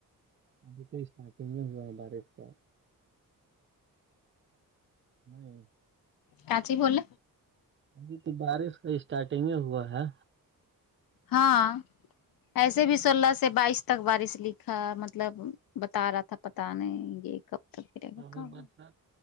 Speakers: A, on the right; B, on the left.
A: ابھی تو اسارٹگ ہی ہوا ہے بارش کا نہیں
B: کاچ ہی بول
A: ابھی تو بارش کا اسٹارٹنگ ہی ہوا ہے
B: ہاں ایسے بھی سولہ سے بائیس تک بارث لکھا مطلب بتا رہا تھا پتا نہیں یہ کب تک گرے گا
A: ارے
B: کب
A: برسات